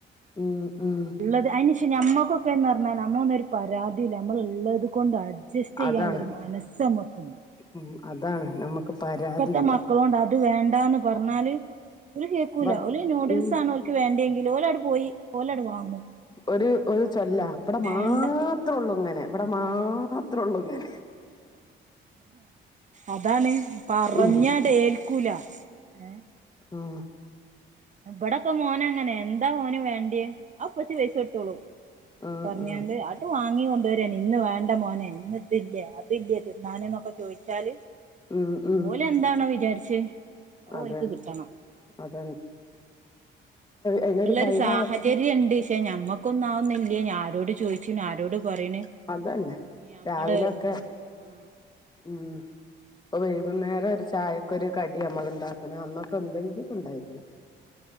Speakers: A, on the left; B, on the right.
A: ഉം ഉം
B: ഉള്ളത് അയിന് ശേ ഞമ്മക്കൊ ക്കെന്ന് പറഞ്ഞാൽ നമ്മൾ ഒന്നും പരാതിയില്ല നമ്മൾ ഉള്ളത് കൊണ്ട് അഡ്ജസ്റ്റ് ചെയ്യാനുള്ളഒരു
A: അതാണ്
B: മനസ്സ് നമുക്കുണ്ട്
A: ഉം അതാണ്
B: ഏ
A: നമ്മുക്ക് പരാതില്ല
B: ഇപ്പത്തെ മക്കളോണ്ട് അത് വേണ്ടാന്ന് പറഞ്ഞാ ഓല് കേക്കൂല
A: ഇവിടെ
B: ഓല് നൂഡിൽസ്
A: ഉം
B: ആണോൽക്ക് വേണ്ടെങ്കി ഓലാട് പോയി ഓലാട് വാങ്ങും
A: ഒര് ഒരു ചൊല്ലാ വടെ
B: വേണ്ട
A: മാത്രോള്ളൂ ങ്ങനെ വ്ടെ മാത്രോള്ളൂങ്ങനെ
B: അതാണ് പറഞ്ഞാടെൽക്കൂല
A: ഉം
B: ഏ
A: ഉം.
B: ഇവടൊക്കെ മോനങ്ങനെ എന്താ മോന് വേണ്ട്യേ ആ പ്പച്ചി പൈസൊടുത്തോളൂ
A: ആഹ്
B: പറഞ്ഞാണ്ട്
A: ആഹ്
B: ആട്ട് വാങ്ങി കൊണ്ടരാണ് ഇന്ന് വാണ്ട മോനെ ഇന്ന് അതില്ല്യെ അതില്ല്യെ തിന്നാന് ന്നൊക്കെ ചോയിച്ചാല്
A: ഉം ഉം
B: ഓല് എന്താണോ വിചാര്ച്ചെ അഇ്
A: അതെ
B: ഓൽക്ക് കിട്ടണം.
A: അതന്നെ അയിനൊരു
B: ല്ലെരു
A: കൈവ
B: സാഹചര്യണ്ട് ക്ഷെ ഞമ്മക്കൊന്നവൊന്നില്ലേനി ഞ ആരോട് ചോയ്ച്ചിന് ആരോട് പറയണ്
A: അതന്നെ
B: ഞമ്മള്
A: രാവിലൊക്കെ
B: ആ
A: ഉം. ഇപ്പൊ വൈകുന്നേരം ഒരു ചായക്കൊരു കടി അമ്മള്ണ്ടാക്ക്ണ് അന്നൊക്കെ ന്തെങ്കിലും ണ്ടായി